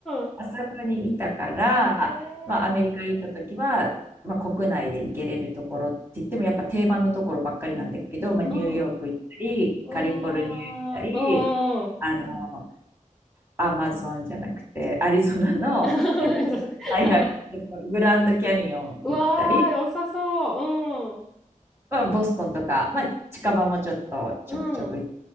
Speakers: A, in the centre; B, on the right.
A: うん。
B: そこにいたから、
A: ええ
B: まあ、アメリカ行った時は、まあ、国内で行けれるところって言ってもやっぱ定番のところばっかりなんだけど、まあ、ニューヨーク行ったりカリフォルニア行ったりあの
A: うん。うわー、うんうん。
B: アマゾンじゃなくてアリゾナの、
A: <laughs>
B: えっと、大学グランドキャニオン行ったり
A: うわー、良さそう。
B: まあ、ボストンとか、まあ、近場もちょっとちょくちょく行っ
A: うん。うん。